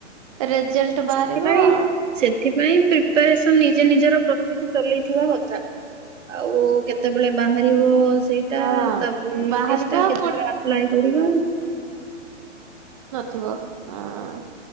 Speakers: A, on the right; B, on the right.
A: ରେଜଲ୍ଟ ବାହାରିବ
B: ସେଥିପାଇଁ
A: ଆଉ।
B: ସେଥିପାଇଁ ପ୍ରିପାରେସନ ନିଜେ ନିଜର ଏମତି ଚଲେଇଥିବା କଥା ଆଉ କେତେ ଳେ ବାହାରିବ ସେଇଟା
A: ହଁ
B: ତା ପରେ ନୋଟିସ୍
A: ବାହାରିବା
B: ଟା
A: ଆଉ
B: କେତେବେଳେ ଆପ୍ଲାଏ କରିବା।
A: ଥିବ ହଁ।